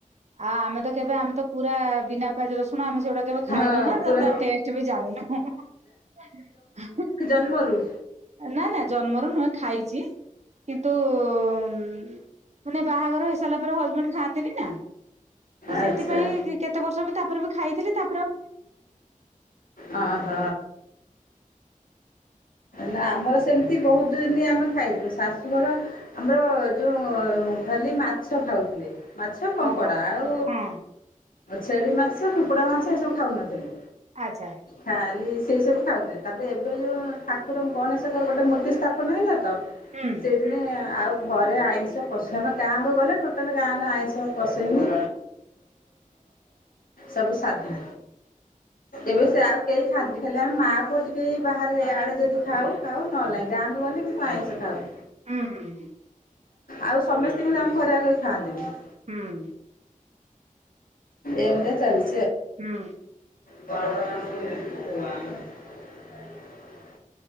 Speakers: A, on the right; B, on the left.
A: ଆଉ ଆମେ ତ କେବେ ଆମେ ତ ପୁରା ବିନା ପା ପିଆଜ ରସୁଣ ଆମେ ସେଗୁଡା କେବେ ଖାଇନୁ
B: ହଁ
A: ନା
B: ପୁରା
A: ତା ଟେଷ୍ଟ ବି ଜାଣିନୁ ହୁଁ ହୁଁ ହୁଁ
B: ସେ ମରୁ।
A: ନା ନା ଜନ୍ମରୁ ନୁହେଁ ଖାଇଛି କିନ୍ତୁ ହ ମାନେ ବାହାଘର ହେଇସାରିଲା ପରେ ହଜବେଣ୍ଡ ଖାଆନ୍ତିନି ତ ସେଥିପାଇ
B: ଆଚ୍ଛା
A: କେତେ ବର୍ଷ ବି ତାପରେ ବି ଖାଇଥିଲି ତା
B: ହ ହ ନାଁ ଆମର ସେମିତି ବହୁତ ଦିନି ଆମେ ଖାଇଥିଲୁ ଶାଶୁଘର ଆମର ଯୋଉ ମୁଁ ଖାଲି ମାଛ ଖାଉଥିଲି। ମାଛ କଙ୍କଡ଼ା
A: ଓହୋ।
B: ଆଉ
A: ହଁ
B: ଛେଳି ମାଂଛ କୁକୁଡ଼ା ମାଂଛ ଏସବୁ ଖାଉନଥିଲେ।
A: ଆଚ୍ଛା
B: ଖାଲି ସେଇ ସବୁ ଖାଉଥିଲେ ତାପରେ ଏବେ ଯୋଉ ଠାକୁର ଗଣେଶଙ୍କର ଗୋଟେ ମୂର୍ତ୍ତି ସ୍ଥାପନ ହେଲା ତ
A: ହୁଁ
B: ସେଇଦିନେ ଆଉ ଘରେ ଆଇଁଷ ପସିଅନି ଗାଁକୁ ଗଲେ ଟୋଟାଲ ଗାଁରେ ଆଇଁଷ ପଷେନି ସବୁ ସାଧା ଏବେ ସେ ଆଉ କେହି ଖାତି ଖାଲି ଆମେ ମା ପୁଅ ଟିକେ ବାହାରେ ଯେ ଆଡେ ଯଦି ଖାଉ ଖାଉ ନହେଲେ ନାହିଁ ଗାଁକୁ ଗଲେ କିନ୍ତୁ ଆଇଁଷ ଖାଉ
A: ହୁଁ ହୁଁ ହୁଁ।
B: ଆଉ ସମସ୍ତେ କିନ୍ତୁ ଆମ ଘରେ ଆଗରୁ ଖାଆନ୍ତିନି।
A: ହୁଁ।
B: ଏମତିଆ ଚାଲଛି।
A: ହୁଁ।
B: <inaudible>